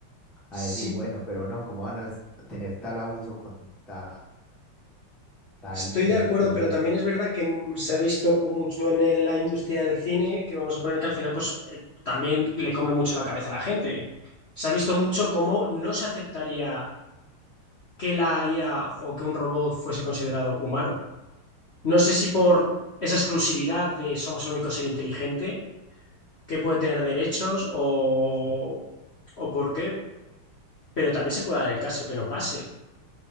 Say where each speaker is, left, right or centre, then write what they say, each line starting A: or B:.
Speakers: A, in the centre; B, on the left.
A: a decir,
B: Sí,
A: bueno, pero no, ¿cómo van a s- tener tal abuso con tal, tal
B: estoy
A: inteligencia
B: de acuerdo,
A: artificial,
B: pero también
A: por ejemplo?
B: es verdad que mm, se ha visto mucho en el- la industria del cine, que vamos a poner que al final, pues eh, también le come mucho la cabeza a la gente. Se ha visto mucho cómo no se aceptaría que la IA o que un robot fuese considerado humano. No sé si por esa exclusividad de somos el único ser inteligente que puede tener derechos o, o por qué, Pero también se puede dar el caso que no pase.